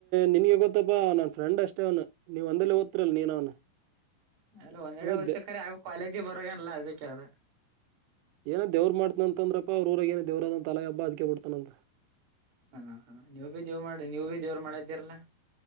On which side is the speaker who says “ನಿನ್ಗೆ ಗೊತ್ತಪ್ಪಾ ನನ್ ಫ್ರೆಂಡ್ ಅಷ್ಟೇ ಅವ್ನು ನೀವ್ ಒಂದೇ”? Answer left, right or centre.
Right